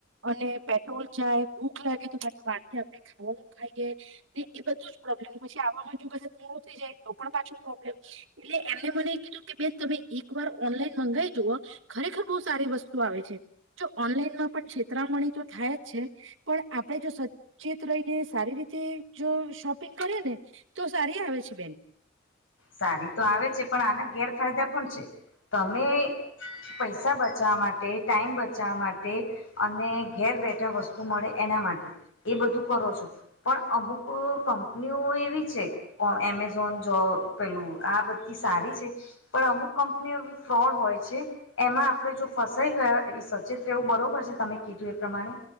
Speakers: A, on the right; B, on the left.
A: અને પેટ્રોલ જાય ભૂખ લાગે તો પાછ વાર થી આપડણે ખાવાનું ખાઈએ ને એ બધું જ પ્રોબ્લેમ પછી આવામાં જો ક થુંંગળું થઈ જાય તો પણ પાછું પ્રોબ્લેમ <unintelligible> એટલે એમને મને કીધું કે બે તમે એક વાર ઓનલાઈન મંગાવાઈ જુઓ ખરેખર બહુ સારી વસ્તુ આવે છે, જો ઓનલાઈનમાં પણ છે, તરામણી તો થાય જ છે. પણ આપણેે જો સચેત રહીને સારી રીતે જો શોપિંગ કરીએ ને તો સારી આવે છે, બેન
B: સારી તો આવે છે, પણ આના ગેરફાયદા પણ છે, તમે પૈસા બચાવવા માટે ટાઈમ બચાવવા માટે અને ઘેર બેઠા વસ્તુ મળે એના માટે એ બધું કરો છો પણ અમુક કંપનીઓ એવી છે, એમેઝોન જો પેલું આ બધી સારી છે પણ અમુક કંપનીઓ ફ્રોડ હોય છે. એમાં આપણેે જો ફસાઈ ગયા એટલે સચેત રહેવું બરોબર છે તમે કીધું એ પ્રમાણે.